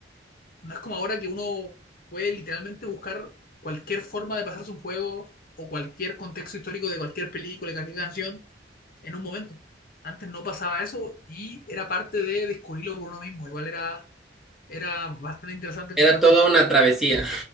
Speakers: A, on the left (about 50°); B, in the centre.
A: no es como ahora que uno puede literalmente buscar cualquier forma de pasarse un juego o cualquier contexto histórico de cualquier película, de cualquier canción, en un momento. Antes no pasaba eso y era parte de descubrirlo por uno mismo. Igual era, era bastante interesante
B: Era
A: el contraste.
B: toda una travesía,